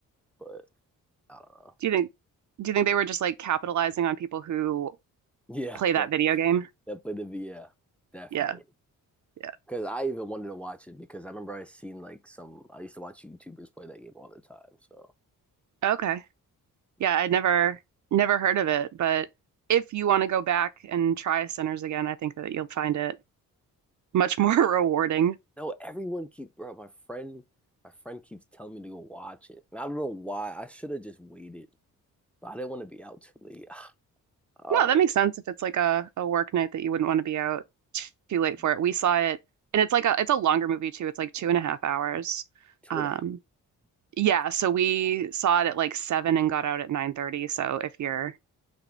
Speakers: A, in the centre; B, on the right.
A: but I don't know.
B: Do you
A: <laughs>
B: think do you think they were just like capitalizing on people who
A: Yeah,
B: play that
A: that
B: video game?
A: that played the V. yeah, definitely.
B: Yeah. Yeah.
A: Because I even wanted to watch it because I remember I seen like some. I used to watch YouTubers play that game all the time. So
B: Okay.
A: yeah,
B: Yeah, I'd never never heard of it, but if you want to go back and try Sinners again, I think that you'll find it much more
A: I know.
B: <laughs> rewarding.
A: No, everyone keep bro. My friend, my friend keeps telling me to go watch it, and I don't know why. I should have just waited, but I didn't want to be out too late. <laughs> <sighs> Oh,
B: No, that makes sense if it's like a, a work night that you wouldn't want to be out too late for
A: yeah.
B: it. We saw it and it's like a it's a longer movie too. It's like two and a half hours.
A: two
B: Um,
A: and a half.
B: Yeah,
A: That's
B: so we
A: long.
B: saw it at like seven and got out at 9:30. So if you're